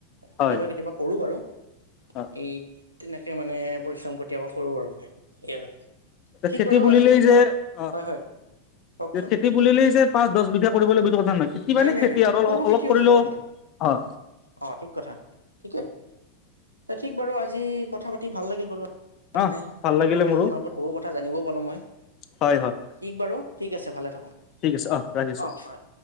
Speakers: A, on the left; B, on the right.
A: হয়
B: কেতিয়াবা- কেতিয়াবা কৰো বাৰু।
A: অ
B: এইট, তেনেকে মানে পৰিশ্ৰম কতিয়াবা কৰোঁ আৰু মই সেই আৰু। ঠিক
A: খেতি
B: বাৰু
A: বুলিলেই
B: আজি
A: যে অ
B: হয় হয় কওকচোন
A: 'খেতি বুলিলেই যে পাঁচ দচ বিঘা কৰিব লাগিব সেইটো কথা নহয় খেতি
B: নাই
A: মানে
B: নাই
A: খেতি
B: নাই
A: আৰু
B: সৰু
A: অলপ
B: খেতি হলেও
A: কৰিলেও,
B: কথা নাই
A: অহ,
B: অ ঠিক কথা ঠিকে ঠিক বাৰু আজি কথা পাতি ভাল লাগিল বুলো।
A: অ
B: মানে
A: ভাল
B: কৃষকৰ
A: লাগিলে মোৰো
B: জীৱনৰ ওপৰত বহু কথা জানিবও পালোঁ মই
A: হয় হয়
B: ঠিক বাৰু ঠিক আছে ভালে থাকোঁ।
A: ঠিক আছে অ ৰাখিছো।
B: অ ' হয়।